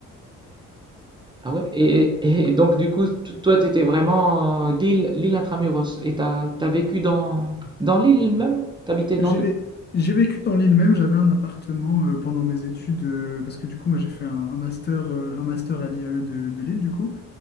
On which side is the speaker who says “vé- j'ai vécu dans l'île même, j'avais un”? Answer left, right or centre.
Left